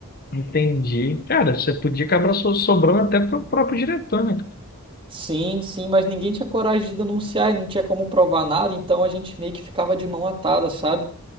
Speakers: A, on the left; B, on the right.
A: entendi. Cara, você podia acabar so- sobrando até pro próprio diretor, né? cara?
B: Sim, sim, mas ninguém tinha coragem de denunciar e não tinha como provar nada, então a gente meio que ficava de mão atada, sabe?